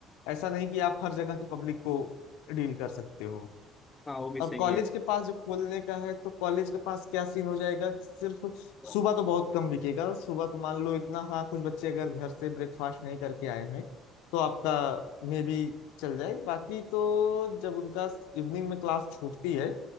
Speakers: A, on the left (about 80°); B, on the left (about 25°).
A: ऐसा नहीं कि आप हर जगह की पब्लिक को डील कर सकते हो
B: हाँ वो भी
A: और
B: सही
A: कॉलेज के पास जो खोलने का है तो कॉलेज के पास क्या सीन हो जाएगा सिर्फ सुबह
B: है
A: तो बहुत कम बिकेगा सुबह तो मान लो इतना हाँ कुछ बच्चे अगर घर से ब्रेकफास्ट नहीं करके आए हैं तो आपका मे बी चल जाए बाकी तो जब उनका इवनिंग में क्लास छूटती है